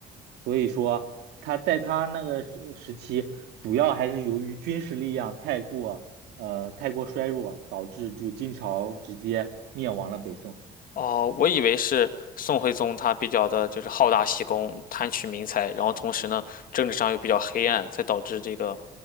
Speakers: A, on the right; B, on the left.
A: 所以说他在他那个时时期，主要还是由于军事力量太过呃太过衰弱，导致就金朝直接灭亡了北宋。
B: 哦，我以为是宋徽宗他比较的就是好大喜功、贪取民财，然后同时呢政治上又比较黑暗，才导致这个